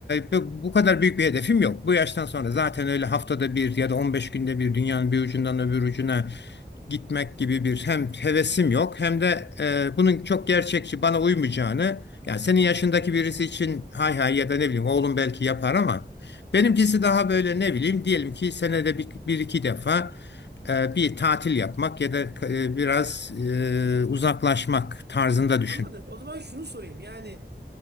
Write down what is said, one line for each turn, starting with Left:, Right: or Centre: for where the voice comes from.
Left: e, bu bu kadar büyük bir hedefim yok. Bu yaştan sonra zaten öyle haftada bir ya da 15 günde bir dünyanın bir ucundan öbür ucuna gitmek gibi bir hem hevesim yok hem de e, bunun çok gerçekçi bana uymayacağını yani senin yaşındaki birisi için hay hay ya da ne bileyim oğlum belki yapar ama benimkisi daha böyle ne bileyim diyelim ki senede bir, bir iki defa e, bir tatil yapmak ya da e, biraz e, uzaklaşmak tarzında düşün.
Right: Anladım. O zaman şunu sorayım yani